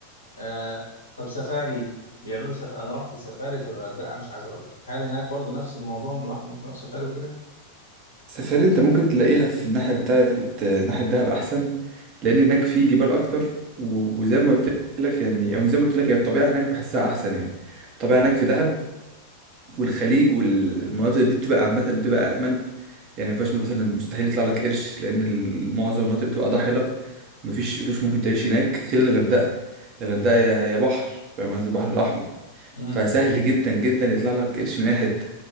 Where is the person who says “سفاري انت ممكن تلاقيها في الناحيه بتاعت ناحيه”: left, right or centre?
Right